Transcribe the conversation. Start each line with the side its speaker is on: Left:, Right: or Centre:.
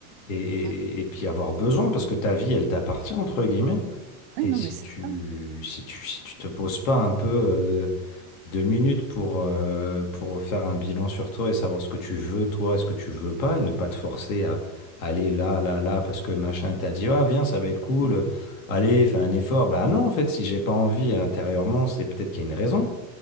Left: et, et
Right: Mm.
Left: et puis avoir besoin parce que ta vie, elle t'appartient, entre guillemets.
Right: Ouais,
Left: Et
Right: non,
Left: si
Right: mais c'est
Left: tu,
Right: ça.
Left: si tu, si tu te poses pas un peu euh, deux minutes pour, euh, pour faire un bilan sur toi et savoir ce que tu veux, toi, et ce que tu veux pas, et ne pas te forcer à aller là, là, là, parce que machin t'a dit, ah, viens, ça va être cool, allez, fais un effort. Bah non, en fait, si j'ai pas envie intérieurement, c'est peut-être qu'il y a une raison.